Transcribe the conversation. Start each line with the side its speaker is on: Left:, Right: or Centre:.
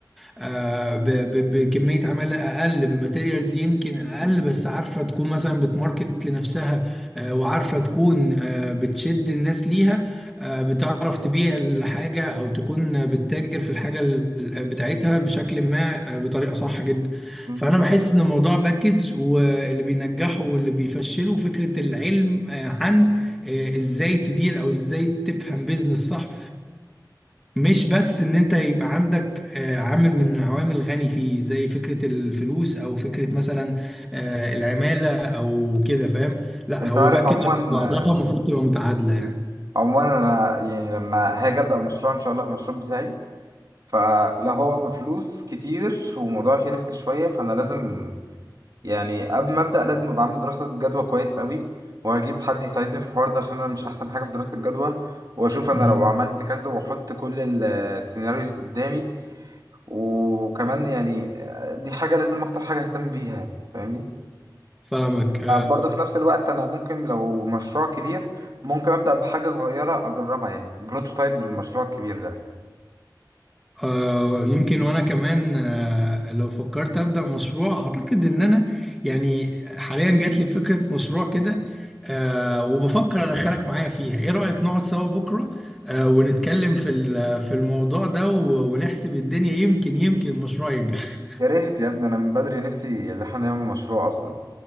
Centre: آه، ب- ب- بكمية عمالة أقل بماتيريالز يمكن أقل بس عارفة تكون مثلا بتماركت لنفسها آه، وعارفة تكون آه، بتشد الناس ليها آه، بتعرف تبيع الحاجة أو تكون بتتاجر في الحاجة ال- بتاعتها بشكل ما آه، بطريقة صح جدا
Right: مم.
Centre: فانا بحس ان الموضوع باكج واللي بينجحه واللي بيفشله فكره العلم آه، عن آه، ازاي تدير او ازاي تفهم بيزنس صح مش بس ان انت يبقى عندك آه، عامل من العوامل الغني فيه زي فكره الفلوس او فكره مثلا آه، العماله او كده فاهم لا
Right: انت
Centre: هو
Right: عارف
Centre: باكج
Right: عموما
Centre: على بعضها المفروض تبقى متعادله يعني
Right: عموما انا يعني لما هاجي ابدا مشروع ان شاء الله المشروع بتاعي فلا هو بفلوس كتير وموضوع فيه ريسك شويه فانا لازم يعني قبل ما ابدا لازم ابقى عامل دراسه جدوى كويس قوي وهجيب حد يساعدني في الحوار ده عشان انا مش احسن حاجه في دراسه الجدوى واشوف انا
Centre: مم.
Right: لو عملت كذا واحط كل السيناريوز قدامي وكمان يعني دي حاجه لازم اكتر حاجه اهتم بيها فاهمني
Centre: فاهمك آه،
Right: برضه في نفس الوقت انا ممكن لو مشروع كبير ممكن ابدا بحاجه صغيره اجربها يعني بروتوتايب من المشروع الكبير ده
Centre: آه، يمكن وانا كمان آه، لو فكرت ابدا مشروع اعتقد ان انا يعني حاليا جات لي فكره مشروع كده آه، وبفكر ادخلك معايا فيها ايه رايك نقعد سوا بكره آه، ونتكلم في ال- في الموضوع ده و- ونحسب الدنيا يمكن يمكن المشروع ينجح
Right: يا ريت يا ابني انا من بدري نفسي ان احنا نعمل مشروع اصلا